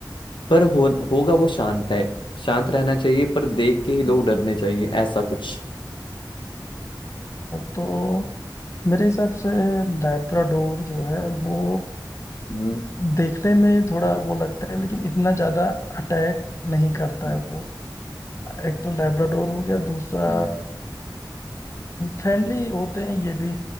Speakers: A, on the left; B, on the left.
A: पर हो, होगा वो शांत है शांत रहना चाहिए पर देख के ही लोग
B: अ,
A: डरने चाहिए ऐसा कुछ
B: तो मेरे हिसाब से लैब्राडोर जो है वो
A: हम्म
B: देखने में थोड़ा वो लगता है लेकिन इतना ज्यादा अटैक नहीं करता
A: हम्म
B: है वो एक तो लैब्राडोर हो गया दूसरा
A: हम्म
B: फ्रेंडली होते हैं ये भी